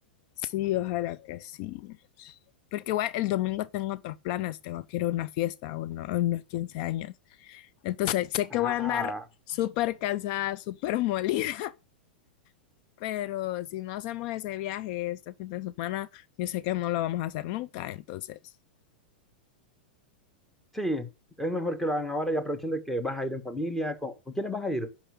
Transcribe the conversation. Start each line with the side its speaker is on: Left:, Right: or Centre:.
Left: Sí, ojalá que sí. Porque igual el domingo tengo otros planes, tengo que ir a una fiesta, a uno- a unos 15 años. Entonces sé
Centre: Ah,
Left: que voy a andar súper cansada, súper molida, <laughs> pero si no hacemos ese viaje este fin de semana, yo sé que no lo vamos a hacer nunca, entonces,
Centre: sí, es mejor que lo hagan ahora y aprovechen de que vas a ir en familia. ¿Con, ¿con quiénes vas a ir?